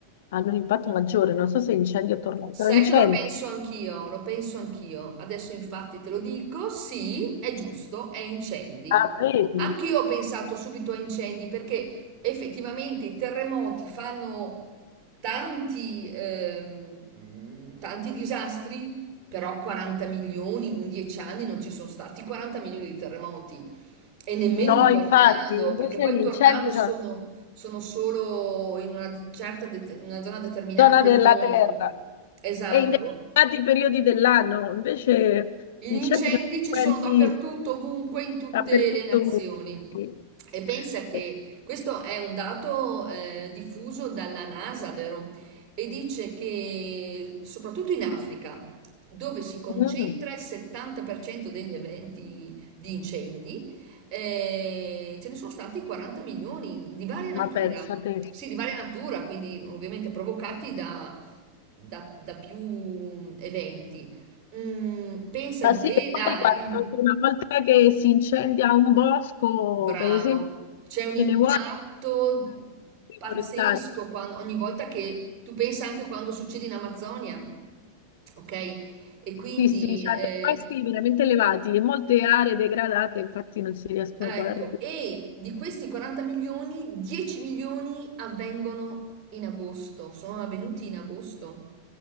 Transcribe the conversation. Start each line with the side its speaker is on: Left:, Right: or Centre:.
Left: hanno un impatto maggiore, non so se incendi o tornadi,
Right: Sai
Left: però incendi,
Right: che lo penso anch'io, lo penso anch'io. Adesso infatti te lo dico, sì, è giusto, è incendi.
Left: ah, vedi?
Right: Anch'io ho pensato subito a incendi perché effettivamente i terremoti fanno tanti, ehm, tanti disastri, però 40 milioni in 10 anni non ci sono stati 40 milioni di terremoti e nemmeno
Left: No,
Right: di tornado,
Left: infatti, invece
Right: perché poi
Left: gli
Right: i tornado
Left: incendi
Right: sono,
Left: sono
Right: sono solo in una certa det- una zona determinata
Left: zona
Right: del
Left: della
Right: mondo.
Left: Terra
Right: Esatto.
Left: e in determinati periodi dell'anno. Invece
Right: Gli
Left: gli
Right: incendi
Left: incendi sono
Right: ci
Left: frequenti
Right: sono dappertutto, ovunque, in tutte
Left: dappertutto.
Right: le nazioni.
Left: comunque.
Right: E pensa che
Left: E-
Right: questo è un dato eh, diffuso dalla NASA, vero? E dice che soprattutto in Africa, dove si concentra
Left: mm,
Right: il 70% degli eventi di incendi, eh, ce ne sono stati 40 milioni di varia natura.
Left: ma pensate.
Right: Sì, di varia natura, quindi ovviamente provocati da da- da più mm, eventi. Mm, pensa,
Left: Ma sì
Right: e
Left: che
Right: là,
Left: poi quando,
Right: il,
Left: una volta che si incendia un bosco,
Right: bravo,
Left: per esempio,
Right: c'è un
Left: ce
Right: impatto
Left: ne vuole
Right: pazzesco
Left: forestali.
Right: quando- ogni volta che tu pensa anche quando succede in Amazzonia, ok? E quindi,
Left: Sì, sì, cioè
Right: eh,
Left: dei costi veramente elevati e molte aree degradate infatti non si riescono
Right: ecco,
Left: poi a recuperare.
Right: e di questi 40 milioni, 10 milioni avvengono in agosto, sono avvenuti in agosto.